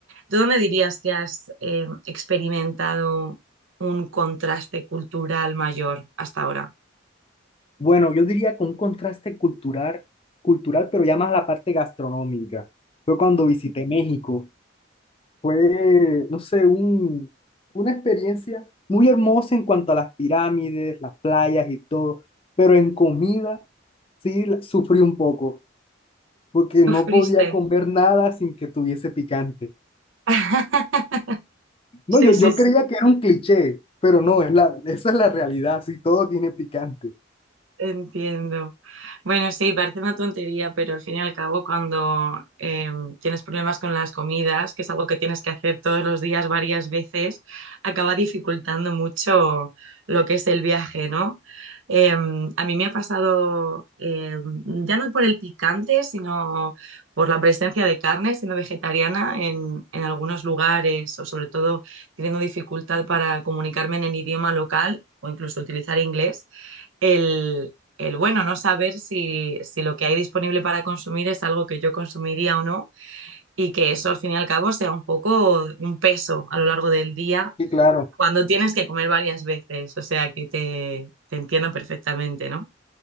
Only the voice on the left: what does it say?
Bueno, yo diría con un contraste cultural, cultural, pero ya más la parte gastronómica. Fue cuando visité México. Fue, no sé, un, una experiencia muy hermosa en cuanto a las pirámides, las playas y todo, pero en comida sí la- sufrí un poco, porque
no podía comer nada sin que tuviese picante.
No, yo,
yo
creía que era un cliché, pero no, es la, esa es la realidad, sí, todo tiene picante.
Y claro,